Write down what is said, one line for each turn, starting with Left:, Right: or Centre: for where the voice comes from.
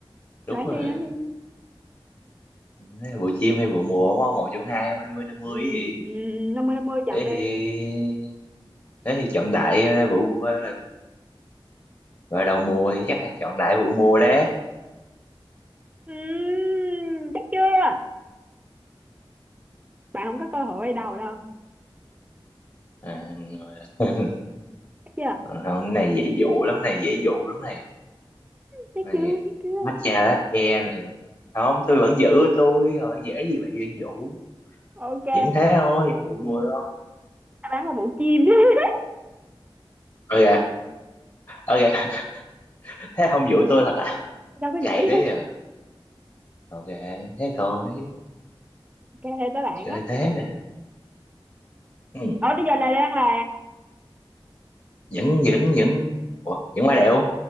Left: đúng
Right: Đoán
Left: rồi
Right: đi đoán đi
Left: Đấy, bộ chim hay vụ mùa đúng không một trong hai năm mươi năm mươi
Right: Ừm,
Left: gì
Right: năm mươi năm mươi chọn
Left: thế
Right: đi
Left: thì thế thì chọn đại ra vụ ờ, vào đầu mùa thì chắc là chọn đại vụ mùa đấy
Right: Ừm, Chắc chưa Bạn không có cơ hội quay đầu đâu
Left: à, rồi. <laughs>
Right: Chắc chưa
Left: Còn không cái này dễ dụ lắm này dễ dụ lắm này
Right: Chắc
Left: này
Right: chưa chắc chưa
Left: matcha latte này không tôi vẫn giữ của tôi rồi dễ gì mà duyên dụ
Right: Ok
Left: vẫn thế thôi vẫn vụ mùa thôi
Right: Đáp án là vụ chim <laughs>
Left: ok ok <laughs> thế không dụ tôi thật à
Right: Đâu có
Left: cày
Right: giỏi
Left: đấy
Right: đâu
Left: à ok thế thôi
Right: Ok tới bạn
Left: chơi
Right: á.
Left: thế à. ừ.
Right: Ở bây giờ là đang là
Left: vẫn vẫn vẫn Ủa, vẫn qua đẹo